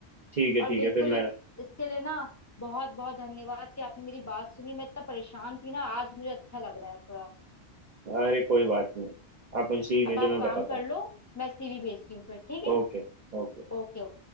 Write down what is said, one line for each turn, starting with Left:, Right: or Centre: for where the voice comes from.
Right: ठीक है
Left: और
Right: ठीक
Left: बिल्कुल
Right: है फिर मैं
Left: इसके लिए ना बहुत बहुत धन्यवाद कि आपने मेरी बात सुनी मैं इतना परेशान थी ना आज मुझे अच्छा लग रहा है थोड़ा
Right: अरे कोई बात नहीं आप मुझे सीवी
Left: अब
Right: भेजो
Left: आप
Right: मैं
Left: काम
Right: बताता
Left: कर
Right: हूँ
Left: लो मैं सीवी भेजती हूँ फिर ठीक है
Right: ओके ओके
Left: Okay okay